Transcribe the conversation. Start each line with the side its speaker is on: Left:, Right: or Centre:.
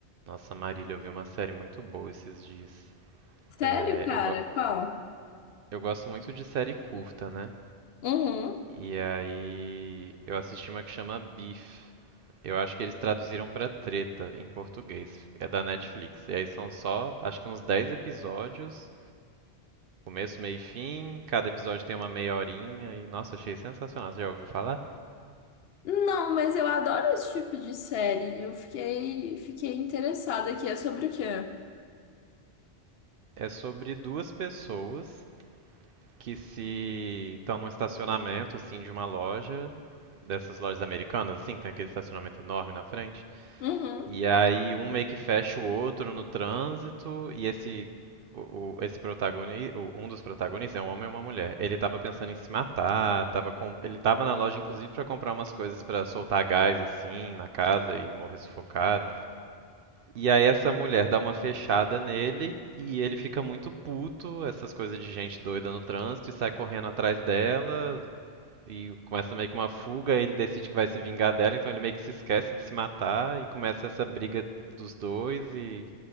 Right: Nossa, Marília, eu vi uma série muito boa esses dias.
Left: Sério,
Right: É,
Left: cara?
Right: eu, go-
Left: Qual?
Right: eu gosto muito de série curta, né?
Left: Uhum.
Right: E aí eu assisti uma que chama Beef. Eu acho que eles traduziram pra Treta em português. É da Netflix. E aí são só, acho que uns 10 episódios, começo, meio e fim. Cada episódio tem uma meia horinha. E nossa, achei sensacional. Você já ouviu falar?
Left: Não, mas eu adoro esse tipo de série. Eu fiquei, fiquei interessada aqui. É sobre o quê?
Right: É sobre duas pessoas que se estão num estacionamento assim de uma loja dessas lojas americanas, assim, que tem aquele estacionamento enorme na frente.
Left: Uhum.
Right: E aí um meio que fecha o outro no trânsito, e esse o, o- esse protagonista, um dos protagonistas é um homem e uma mulher. Ele tava pensando em se matar, tava com, ele tava na loja inclusive para comprar umas coisas para soltar gás assim na casa e morrer sufocado. E aí essa mulher dá uma fechada nele e ele fica muito puto, essas coisas de gente doida no trânsito e sai correndo atrás dela, e começa meio que uma fuga, ele decide que vai se vingar dela, então ele meio que se esquece de se matar e começa essa briga dos dois e